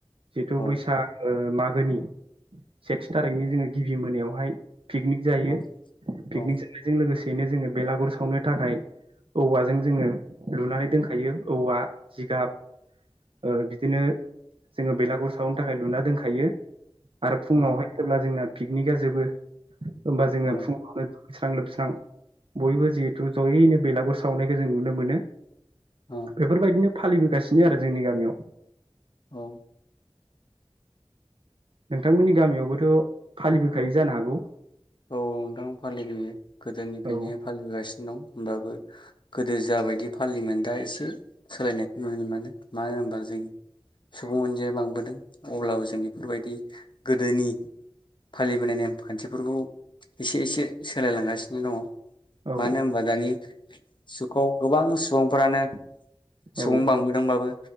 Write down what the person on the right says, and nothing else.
जिथु
बैसा ओ मागोनि सेथि थारिखनि जोङो गिबि मोनायावहाय पिकनिक जायो
पिकनिक जानायजों लोगोसे यैनो जोङो बेलागुर सावनो थाखाय औवाजों जोङो लुनानै दोनखायो औवा जिगाब ओ बिदिनो जोङो बेलागुर सावनो थाखाय लुना दोन खायो आरो फुङावहाय
जेब्ला जोंना पिकनिका जोबो होमबा जोङो
फुङावनो दु स्रां लोबस्रां बयबो जिहेथु जयैनो बेलागुर सावनायखौ जों नुनो मोनो।
बेफोरबायदिनो फालिबोगासिनो आरो जोंनि गामियाव।
नोंथांमोननि गामियावबोथ फालिबोखाय जानो हागौ?
औ
औ
औ